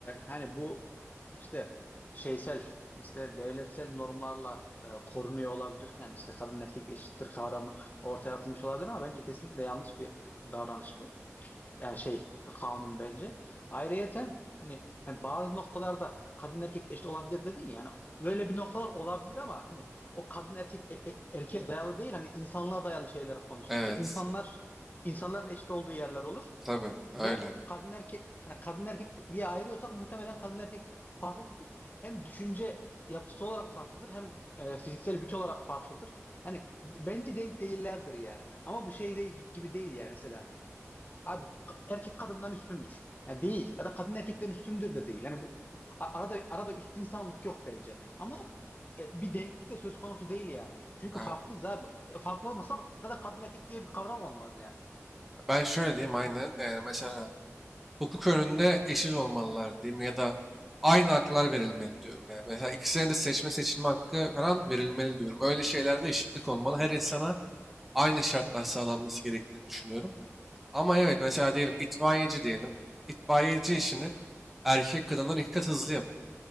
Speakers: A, on the left (about 35°); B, in the centre.
A: yani bu işte şeysel mesela devletsel normlarla e, korunuyor olabilir. Yani işte kadın erkek eşittir kavramı ortaya atılmış olabilir ama bence kesinlikle yanlış bir davranış bu. Yani şey kanun bence. Ayrıyeten hani hani bazı noktalarda kadın erkek eşit olabilir dedin ya. Yani öyle bir noktalar olabilir ama hani o kadın erkek e- e- erkeğe dayalı değil hani insanlığa dayalı şeyler konusunda.
B: Evet,
A: Mesela insanlar insanların eşit olduğu yerler olur
B: tabii öyle.
A: ve kadın erkek hani kadın erkek diye ayırıyorsak muhtemelen kadın erkek farklıdır. Hem düşünce yapısı olarak farklıdır hem e, fiziksel güç olarak farklıdır. hani bence denk değillerdir yani. Ama bu şey de, gibi değil yani mesela. Abi ka- erkek kadından üstündür. Yani değil. Ya da kadın erkekten üstündür de değil. Hani bu a- arada arada üst insanlık yok bence. Ama e, bir denklik de söz konusu değil yani. Çünkü
B: Abi.
A: farklıyız abi. Fa- Farklı olmasa zaten kadın erkek diye bir kavram olmaz yani.
B: Ben şöyle diyeyim aynen. Yani mesela hukuk önünde eşit olmalılar diyeyim ya da aynı haklar verilmeli diyorum. Yani mesela ikisine de seçme seçilme hakkı falan verilmeli diyorum. Öyle şeylerde eşitlik olmalı. Her insana aynı şartlar sağlanması gerektiğini düşünüyorum. Ama evet mesela diyelim itfaiyeci diyelim. İtfaiyeci işini erkek kadından iki kat hızlı yapıyor.